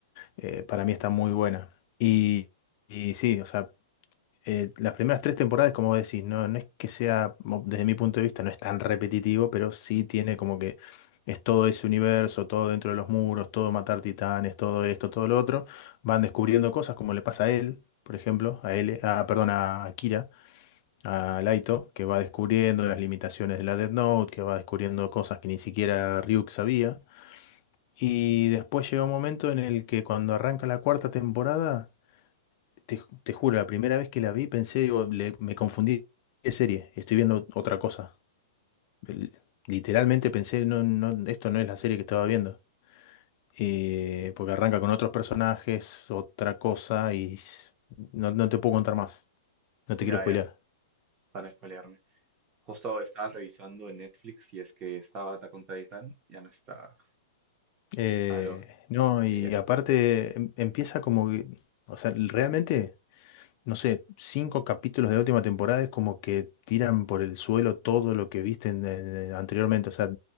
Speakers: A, on the left (about 35°); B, on the right (about 20°).
A: eh, para mí está muy buena. Y, y sí, o sea... eh, las primeras tres temporadas, como decís, no, no es que sea, mo- desde mi punto de vista, no es tan repetitivo, pero sí tiene como que es todo ese universo, todo dentro de los muros, todo matar titanes, todo esto, todo lo otro. Van descubriendo cosas como le pasa a él, por ejemplo, a él, a, perdón, a Kira, a Laito, que va descubriendo las limitaciones de la Death Note, que va descubriendo cosas que ni siquiera Ryuk sabía. Y después llega un momento en el que cuando arranca la cuarta temporada. Te, ju- te juro, la primera vez que la vi pensé, digo, le- me confundí de serie, estoy viendo otra cosa. El- literalmente pensé, no, no, esto no es la serie que estaba viendo. Eh, porque arranca con otros personajes, otra cosa, y s- no, no te puedo contar más, no te
B: Ya,
A: quiero spoilear.
B: ya, para no spoilearme. Justo estaba revisando en Netflix y es que estaba Attack on Titan, ya no está.
A: Eh,
B: Aló,
A: no,
B: sí,
A: y
B: ya.
A: aparte em- empieza como que, o sea, realmente... no sé, cinco capítulos de la última temporada es como que tiran por el suelo todo lo que viste en- en- anteriormente. O sea,